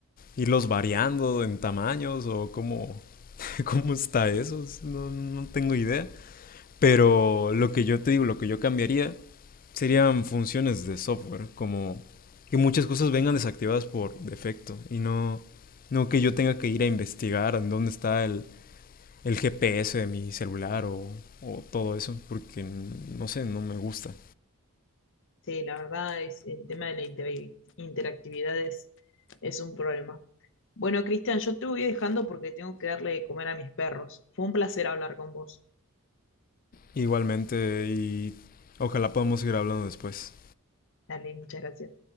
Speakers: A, on the left (about 40°); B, on the left (about 60°).
A: irlos variando en tamaños o cómo, <laughs> cómo está eso. No, no tengo idea. Pero lo que yo te digo, lo que yo cambiaría serían funciones de software, como que muchas cosas vengan desactivadas por defecto y no, no que yo tenga que ir a investigar en dónde está el, el GPS de mi celular o, o todo eso, porque n- no sé, no me gusta.
B: sí, la verdad es el tema de la inter- interactividad es, es un problema. Bueno, Cristian, yo te voy dejando porque tengo que darle de comer a mis perros. Fue un placer hablar con vos.
A: Igualmente, y ojalá podamos seguir hablando después.
B: Dale, muchas gracias.